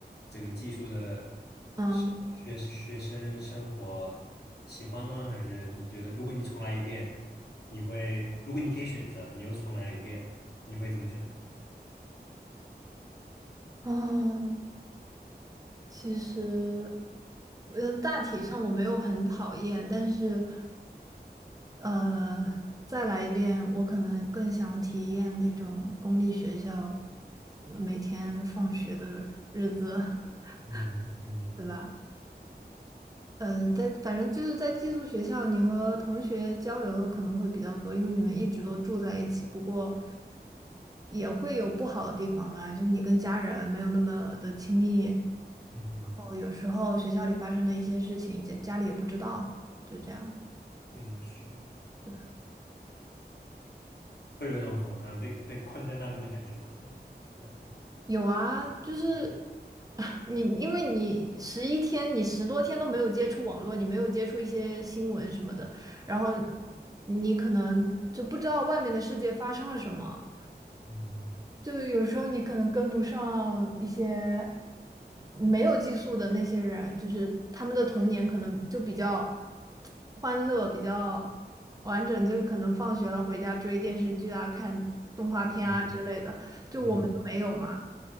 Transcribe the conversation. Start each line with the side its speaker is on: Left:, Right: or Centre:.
Left: 这个技术的是学学生生活喜欢吗？
Right: 嗯
Left: 还是你觉得如果你重来一遍，你会如果你可以选择，你又重来了一遍，你会怎么选择？
Right: 啊，其实呃大体上我没有很讨厌，但是呃再来一遍，我可能更想体验那种公立学校每天放学的日子，<laughs>
Left: 嗯嗯
Right: 对吧？呃，在反正就是在寄宿学校，你和同学交流可能会比较多，因为你们一直都住在一起。不过也会有不好的地方啦，就是你跟家人没有那么的亲密，然
Left: 嗯哼
Right: 后有时候学校里发生的一些事情，家家里也不知道，就这样，
Left: 嗯，是
Right: 对吧？
Left: 会有一种什么好像被被困在那边的感觉吗？现在还好
Right: 有啊，就是
Left: 有，
Right: <laughs> 你，因为你十一天，你十多天都没有接触网络，你没有接触一些新闻什么的，然后你可能就不知道外面的世界发生了什么。
Left: 嗯
Right: 就有时候你可能跟不上一些没有寄宿的那些人，就是他们的童年可能就比较欢乐，比较完整，就是可能放学了回家追电视剧啊、看动画片啊之类的，
Left: 嗯嗯嗯
Right: 就我们就没有嘛。
Left: 嗯哼